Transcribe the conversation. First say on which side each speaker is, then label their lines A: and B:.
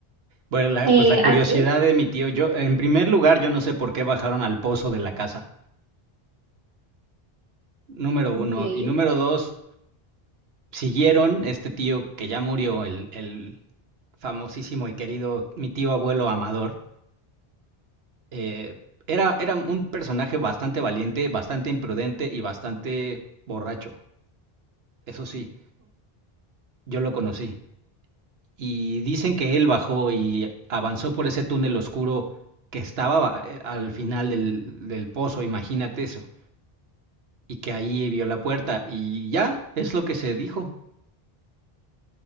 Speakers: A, on the right (about 75°); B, on the right (about 60°).
A: Bueno, la-
B: Eh,
A: pues la curiosidad
B: aquí.
A: de mi tío, yo, en primer lugar, yo no sé por qué bajaron al pozo de la casa, número uno.
B: Ok.
A: Y número dos, siguieron este tío que ya murió, el, el famosísimo y querido, mi tío abuelo Amador. eh, era, era un personaje bastante valiente, bastante imprudente y bastante borracho. Eso sí, yo lo conocí. y dicen que él bajó y avanzó por ese túnel oscuro que estaba ba- eh, al final del, del pozo, imagínate eso, y que ahí vio la puerta y ya es lo que se dijo,